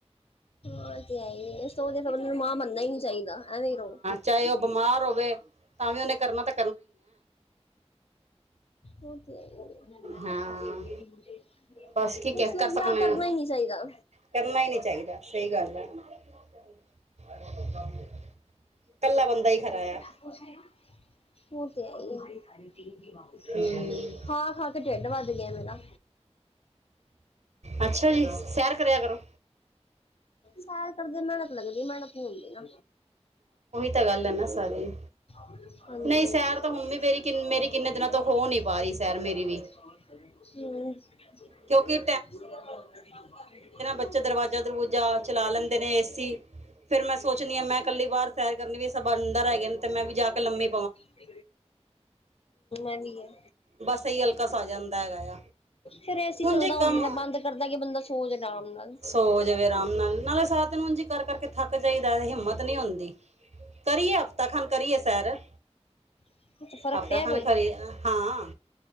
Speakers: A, on the left; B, on the right.
A: ਓਤੇ ਐ ਈ ਏ, ਇਸ ਤੋਂ ਵਧੀਆ ਬੰਦੇ ਨੂੰ ਮਾਂ ਬੰਨਨਾ ਈ ਨੀ ਚਾਈਦਾ ਐਵੇਂ ਈ ਰਵੋ।
B: ਚਾਏ ਓ ਬਿਮਾਰ ਹੋਵੇ ਤਾਂ ਵੀ ਓਨੇ ਕਰਨਾ ਤੇ
A: <unintelligible> ਓ ਤੇ ਐ ਈ ਏ, <unintelligible>
B: ਹਾਂ ਬਸ ਕੀ ਕਹਿ
A: ਇਸ ਲਈ
B: ਕਰ ਸਕਨੇ
A: ਵਿਆ ਕਰਨਾ
B: ਆ
A: ਈ ਨੀ ਚਾਈਦਾ।
B: ਕਰਨਾ ਈ ਨੀ ਚਾਈਦਾ, ਸਈ ਗੱਲ ਐ। <unintelligible> ਕੱਲਾ ਬੰਦਾ ਈ ਖਰਾ ਆ।
A: ਪੁਛ ਲੈਣਾ। ਓ ਤੇ ਐ ਈ ਏ,
B: ਹੂੰ
A: ਖਾ-ਖਾ ਕੇ ਢਿੱਡ ਵੱਧ ਗਿਆ ਮੇਰਾ।
B: ਅੱਛਾ ਜੀ, ਸੈਰ ਕਰਿਆ ਕਰੋ।
A: ਸੈਰ ਕਰਦੇ ਮੇਹਨਤ ਲੱਗਦੀ, ਮੇਹਨਤ ਨੀ ਹੁੰਦੀ ਨਾ।
B: ਇਹ ਤਾ ਗੱਲ ਐ ਨਾ ਸਾਰੀ।
A: ਹਾਂਜੀ <unintelligible> ਹੂੰ <unintelligible>
B: ਨਹੀਂ ਸੈਰ ਤਾਂ ਹੁਣ ਵੀ ਮੇਰੀ ਕਿੰਨ ਮੇਰੀ ਕਿੰਨੇ ਦਿਨਾਂ ਤੋਂ ਹੋ ਨਹੀਂ ਪਾ ਰਹੀ ਸੈਰ ਮੇਰੀ ਵੀ ਕਿਉਂਕਿ ਬੱਚ ਦਰਵਾਜ਼ਾ-ਦਰਵੂਜਾ ਚਲਾ ਲੈਂਦੇ ਨੇ, ਏ ਸੀ ਫੇਰ ਮੈਂ ਸੋਚਣੀ ਆਂ ਮੈਂ ਕੱਲੀ ਬਾਰ ਸੈਰ ਕਰਨੀ ਪੀਆ, ਸਭ ਅੰਦਰ ਹੈਗੇ ਨੇ ਤੇ ਮੈਂ ਵੀ ਜਾ ਕੇ ਲੰਮੀ
A: ਹੂੰ, ਐਵੀ ਐ।
B: ਬਸ ਏਈ ਅਲਕਸ ਆ ਜਾਂਦਾ ਹੈਗਾ ਆ।
A: ਫਿਰ ਏ ਸੀ
B: ਹੁਣ
A: ਚੱਲਦਾ
B: ਜੇ
A: ਹੁੰਦਾ
B: ਕੰਮ
A: ਬੰਦ ਕਰਦਾ ਕਿ ਬੰਦਾ ਸੋ ਜੇ ਅਰਾਮ ਨਾਲ।
B: ਸੋ ਜਵੇ ਰਾਮ ਨਾਲ, ਨਾਲੇ ਸਾਰਾ ਦਿਨ ਉਂਜ ਈ ਕਰ- ਕਰਕੇ ਥੱਕ ਜਾਈਦਾ ਹਿੰਮਤ ਨੀ ਹੁੰਦੀ। ਕਰੀ ਏ ਹਫ਼ਤਾ ਖੰਠ ਕਰਿਏ ਸੈਰ।
A: ਅੱਛਾ ਫਰਕ
B: ਹਫਤਾ
A: ਪਿਆ
B: ਖਢ
A: ਕੋਈ
B: ਕਰਿਏ ਨਾ। ਹਾਂ,